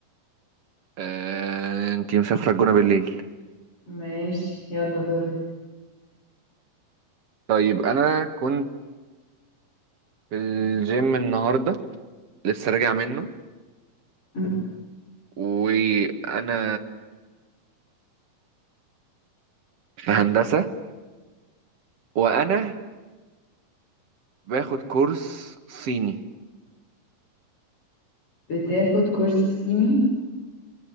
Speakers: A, on the right (about 50°); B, on the left (about 40°).
A: آه، انتي مسافره الجونه بالليل
B: ماشي يلا دورك
A: طيب انا كنت في الجيم النهارده لسه راجع منه
B: مم.
A: وانا في هندسه وانا باخد كورس صيني
B: بتاخد كورس صيني